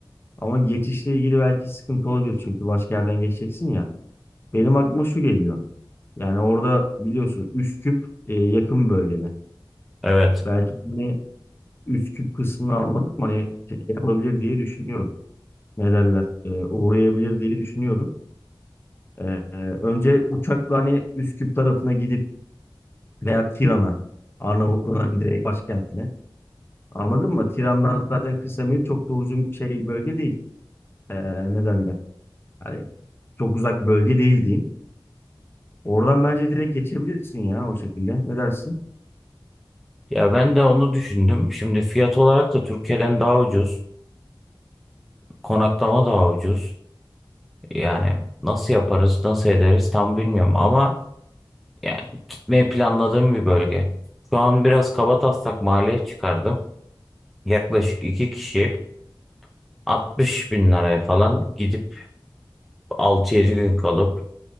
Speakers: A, on the left; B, in the centre.
A: Ama geçişle ilgili belki sıkıntı olabilir. Çünkü başka yerden geçeceksin ya. Benim aklıma şu geliyor. Yani orada biliyorsun Üsküp e, yakın bölgede.
B: Evet.
A: Belki hani üst küp kısmını almadık mı? Hani şey alabilir diye düşünüyorum. Ne derler? Ee, uğrayabilir diye düşünüyorum. Ee, e, önce uçakla hani Üsküp tarafına gidip veya Tiran'a Arnavutluğun hani direkt başkentine. Anladın mı? Tiran'dan zaten kısa çok da uzun şey bölge değil. Ee, ne derler? Hani çok uzak bölge değil diyeyim. Oradan bence direkt geçebilirsin ya o şekilde. Ne dersin?
B: Ya ben de onu düşündüm. Şimdi fiyat olarak da Türkiye'den daha ucuz. Konaklama daha ucuz. Yani nasıl yaparız, nasıl ederiz tam bilmiyorum ama yani gitmeyi planladığım bir bölge. Şu an biraz kabataslak maliyet çıkardım. Yaklaşık iki kişi. 60 bin liraya falan gidip altı yedi gün kalıp